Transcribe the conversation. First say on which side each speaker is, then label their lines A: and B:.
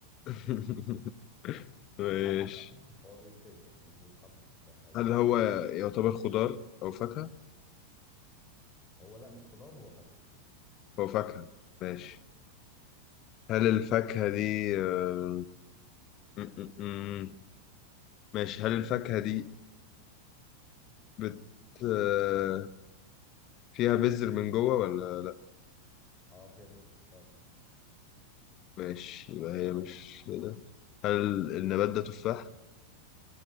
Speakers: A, on the left (about 35°); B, on the left (about 20°).
A: <laughs>
B: لا
A: ماشي
B: <laughs> هو بيتاكل مش بيتحط في حاجه
A: هل
B: يعني
A: هو يعتبر خضار أو فاكهة
B: هو لا مش خضار هو فاكهه
A: هو فاكهة ماشي هل الفاكهة دي آه، م- م- م. ماشي هل الفاكهة دي بت آه، فيها بذر من جوه ولا
B: اه فيها بذر فعلا
A: ماشي يبقى هي مش ده هل النبات ده تفاح؟